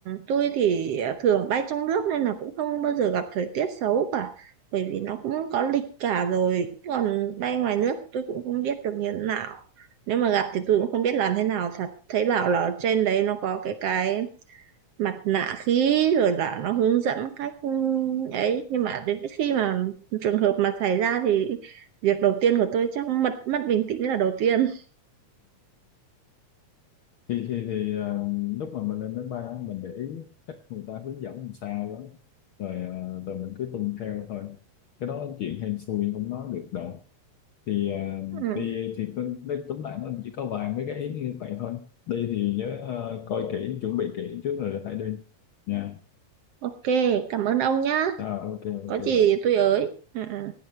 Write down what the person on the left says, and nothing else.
thì thì thì ờ, lúc mà mình lên máy bay á, mình để ý cách người ta hướng dẫn làm sao đó rồi ờ, rồi mình cứ tuân theo thôi cái đó chuyện hên xui không nói được đâu thì ờ,
đi thì cứ- nói tóm lại nó chỉ có vài mấy cái ý như vậy thôi đi thì nhớ ờ, coi kỹ chuẩn bị kỹ trước rồi hãy đi nha
Rồi, ok ok
bạn